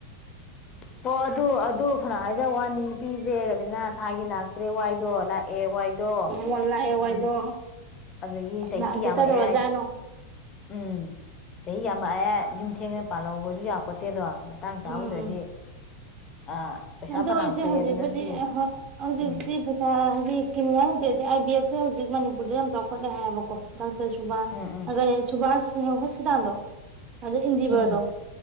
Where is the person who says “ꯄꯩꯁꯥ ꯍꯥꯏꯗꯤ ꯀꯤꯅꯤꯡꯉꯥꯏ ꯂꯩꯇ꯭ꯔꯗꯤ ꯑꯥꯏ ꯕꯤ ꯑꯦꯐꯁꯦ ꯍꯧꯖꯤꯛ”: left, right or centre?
Right